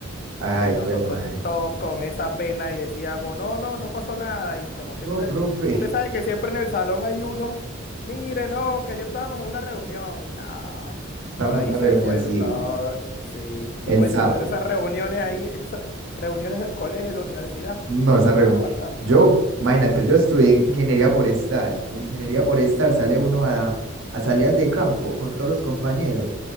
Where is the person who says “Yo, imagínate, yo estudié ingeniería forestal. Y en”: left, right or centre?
Right